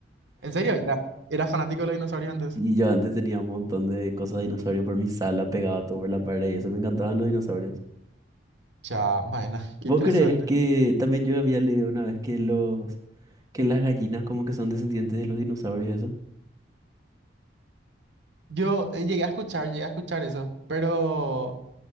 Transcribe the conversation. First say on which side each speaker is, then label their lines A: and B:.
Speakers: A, on the right (about 70°); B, on the right (about 20°).
A: ¿En serio? Ya, ¿Era fanático de los dinosaurios antes?
B: Y yo antes tenía un montón de cosas de dinosaurio por mi sala, pegaba todo por la pared y eso me encantaban los dinosaurios.
A: Cha, bueno, <laughs> qué
B: ¿Vos
A: interesante.
B: crees que también yo había leído una vez que los que las gallinas como que son descendientes de los dinosaurios eso?
A: Yo eh, llegué a escuchar, llegué a escuchar eso, pero,